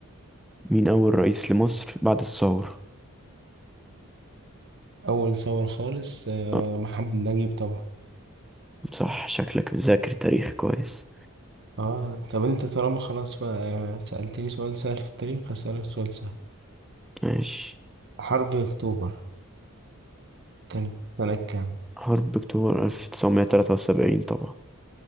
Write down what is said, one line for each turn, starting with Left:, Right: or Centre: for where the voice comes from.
Centre: مين أول رئيس لمصر بعد الثورة
Right: اول صور خالص آه،
Centre: آه،
Right: محمد نجيب طبعا
Centre: صح شكلك مذاكر تاريخ كويس
Right: اه طب انت طالما خلاص بقى آه، سألتني سؤال سهل في التاريخ هسألك سؤال سهل
Centre: ماشي
Right: حرب اكتوبر كانت سنة كام
Centre: حرب أكتوبر 1973 طبعا